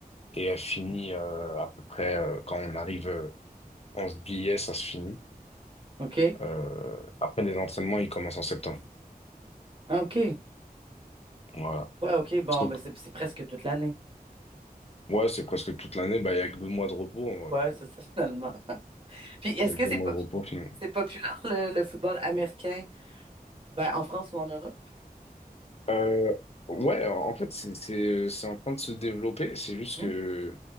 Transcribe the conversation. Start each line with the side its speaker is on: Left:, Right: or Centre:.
Left: et elle finit euh, à peu près euh, quand on arrive euh, en juillet, ça se finit.
Right: OK,
Left: Euh, après les entraînements, ils commencent en septembre.
Right: OK.
Left: Voilà.
Right: Ouais, OK, bon,
Left: Parce
Right: ben,
Left: que-
Right: c'est c'est presque toute l'année.
Left: Ouais, c'est presque toute l'année, bah il y a que deux mois de repos.
Right: Ouais, c'est ça, <laughs> finalement. Puis, est-ce
Left: Donne-moi
Right: que c'est pop-
Left: le repos finalement.
Right: c'est populaire, le, le football américain? Ben, en France ou en Europe?
Left: Euh, ouais, en fait, c'est c'est, euh, c'est en train de se développer. C'est juste
Right: Hmm.
Left: que,